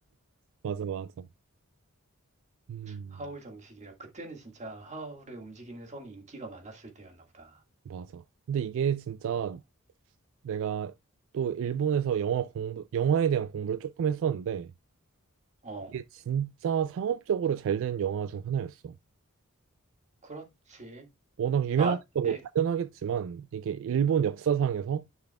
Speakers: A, on the right; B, on the right.
A: 맞아 맞아 음
B: 하울 정식이라. 그때는 진짜 하울의 움직이는 성이 인기가 많았을 때였나 보다.
A: 맞아 근데 이게 진짜
B: 어.
A: 내가 또 일본에서 영화 공부 영화에 대한 공부를 조금 했었는데
B: 어.
A: 이게 진짜 상업적으로 잘 된 영화 중 하나였어
B: 그렇지.
A: 워낙 유명하니까
B: 나, 내,
A: 뭐 당연하겠지만 이게 일본 역사상에서